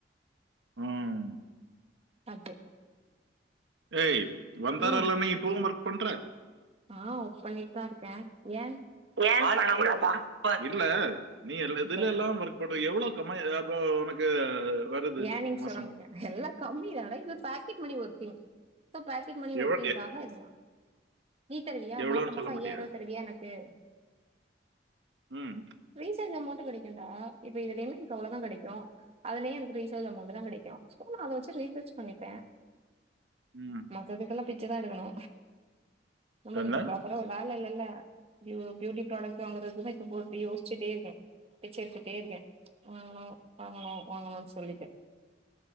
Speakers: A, on the right; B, on the right.
A: ம்
B: அது
A: ஏய் வந்தாரா
B: ம்
A: இல்லைன்னு இப்பவும் ஒர்க் பண்ற
B: ஆ ஒர்க் பண்ணிட்டு தா இருக்க ஏ
A: ஏன் பண்ண கூடாதா இல்ல நீ எதுலெதுலலா
B: இப்ப
A: ஒர்க் பண் ப்ப எவ்ளோ கமா த அப்ப உனக்கு வருது
B: ஏ நீங்க
A: மாசம்
B: சொல்ல மாட்டிங்க எல்லா கம்மிதான இது ஒரு packet money working pay pocket money
A: எவ்வளவு
B: ஒர்க்கிங்காக
A: எ-
B: இதெலா நீ தருவியா
A: எவ்வளவுன்னு
B: மாச மாச
A: சொல்ல மாட்டியா
B: ஐயாயிருவா தருவியா எனக்கு
A: ம்
B: ரீசார்ஜ் அமௌண்ட் கெடைக்குன்டா இப்ப இதுலயுமே எனக்கு அவ்ளதா கெடைக்கு அதுலயே இந் ரீசார்ஜ் அமௌண்ட் தா கெடைக்கு நா அத வச்சு ரீசார்ஜ் பண்ணிப்பே
A: ம்
B: மத்ததுக்கெல்லா பிச்சதா எடுக்கணு நம்மன்றது
A: என்ன
B: பிராப்பரா வேலையில்ல ல ல இது பியூட்டி ப்ராடக்ட் வாங்குறதுக்கு இப்ப யோசிச்சுட்டே இருக்க பிச்ச எடுத்துட்டே இருக்கே வாங்கனு வாங்கனு வாங்கனு ஒரிகிட்ட